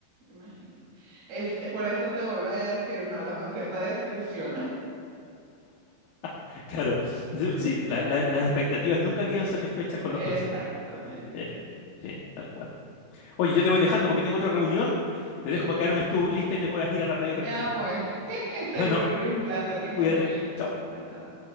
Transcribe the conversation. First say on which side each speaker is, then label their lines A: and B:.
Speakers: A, on the right (about 65°); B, on the left (about 70°).
A: me imagino. Es, eh, por eso te vuelvo a decir, no, los conciertos desilusionan.
B: <laughs> Claro,
A: <laughs>
B: sí, la- la- las expectativas nunca quedan satisfechas con
A: Exactamente.
B: los conciertos. Sí, sí, tal cual. Oye, yo te voy dejando porque tengo otra reunión. Te
A: Listo,
B: dejo para que armes tu
A: Luis.
B: lista y te puedas ir a la playa tranquila.
A: Ah, pues, <laughs> seguro,
B: Bueno,
A: Luis, un placer, que estés
B: cuídate.
A: muy bien.
B: Chao.
A: Chao, chao.